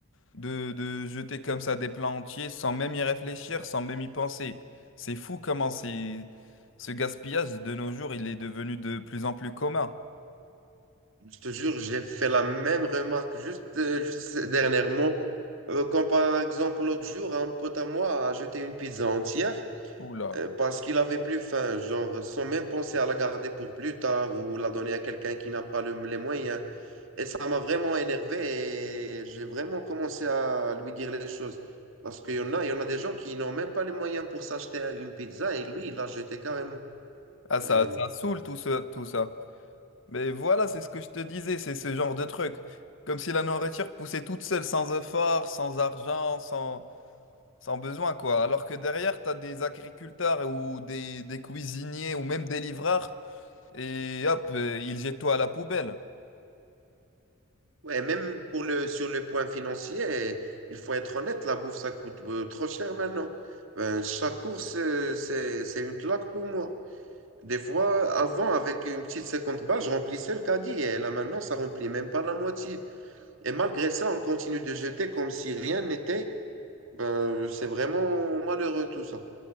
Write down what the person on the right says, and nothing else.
Je te jure, j'ai fait la même remarque juste, euh, juste dernièrement. Euh, comme par exemple l'autre jour, un pote à moi a jeté une pizza entière
euh, parce qu'il avait plus faim, genre sans même penser à la garder pour plus tard ou la donner à quelqu'un qui n'a pas le- les moyens. Et ça m'a vraiment énervé et j'ai vraiment commencé à lui dire les choses. Parce qu'il y en a, il y en a des gens qui n'ont même pas les moyens pour s'acheter une pizza et lui, il l'a jeté carrément.
Euh,
Ouais, même pour le, sur le point financier, il faut être honnête, la bouffe, ça coûte euh, trop cher maintenant. Euh, chaque course, euh, c'est, c'est une claque pour moi. Des fois, avant, avec une petite 50 balles, je remplissais le caddie. Et là, maintenant, ça remplit même pas la moitié. Et malgré ça, on continue de jeter comme si rien n'était. Ben, c'est vraiment malheureux tout ça.